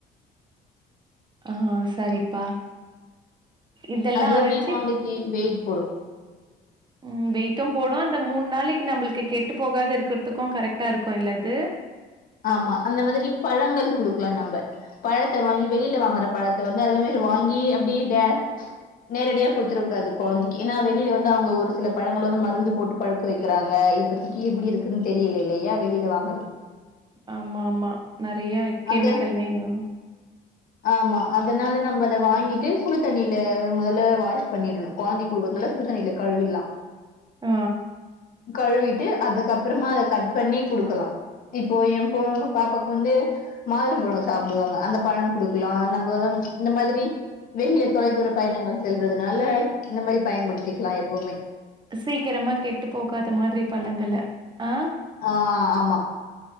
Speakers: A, on the right (about 25°); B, on the left (about 55°).
A: ஆ சரிப்பா இதெல்லா
B: அதுவுமே
A: அரைச்சு
B: கொழந்தைக்கு வெயிட் போடு
A: ம் வெயிட்டு போடு அந்த மூணு நாளைக்கு நம்ளுக்கு கெட்டு போகாது இருக்குறதுக்கு கரெக்ட்டா இருக்கு இல்ல இது
B: ஆமா அந்த மாதிரி பழங்கள் குடுக்லா நம்ப பழத்த வாங்கி வெளில வாங்ற பழத்த வந்து அதே மாரி வாங்கி அப்டியே டே நேரடியா குடுத்துற கூடாது கொழந்திக்கு ஏன்னா வெளில வந்து அவுங்க ஒரு சில பழங்கள வந்து மருந்து போட்டு பழுக்க வெக்கிறாங்க இப்பத்திக்கி எப்டி இருக்குன்னு தெரியல இல்லயா வெளில வாங்
A: ஆமா ஆமா நெறைய கெமிக்கல்லயா
B: அது ஆமா அதனால நம்ப அத வாங்கிட்டு சுடு தண்ணில மொதல வாஷ் பண்ணிடணு கொழந்தைக்கு குடுக்குறதுனால சுடு தண்ணில கழிவிருலா
A: ஆ
B: கழுவிட்டு அதுக்கப்றமா அத கட் பண்ணி குடுக்கலா இப்போ எ பொ பாப்பாக்கு வந்து மாதுளோ பழோ சாப்டுவாங்க அந்த பழோ குடுக்கலா நம்போ தாம் இந்த மாதிரி வெளில தொலைதூர பயணங்கள் செல்றதுனால இந்த மாதிரி பயன்படுத்திக்கலா எப்போமே
A: சீக்கரமா கெட்டு போகாத மாதிரி பழங்கள ஆ
B: ஆ ஆமா